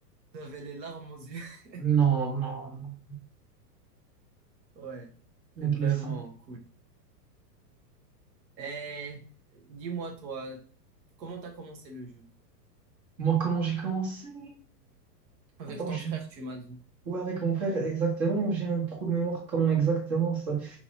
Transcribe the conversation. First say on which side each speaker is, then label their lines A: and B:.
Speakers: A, on the right; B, on the right.
A: J'avais les larmes aux yeux. <laughs>
B: Non, non, non,
A: Ouais,
B: mec,
A: c'était vraiment
B: les sons.
A: cool. Et dis-moi, toi, comment t'as commencé le jeu?
B: Moi, comment j'ai commencé?
A: Avec
B: Attends,
A: ton
B: j'ai...
A: frère, tu m'as dit.
B: Ouais, avec mon frère, exactement, j'ai un trou de mémoire, comment exactement ça?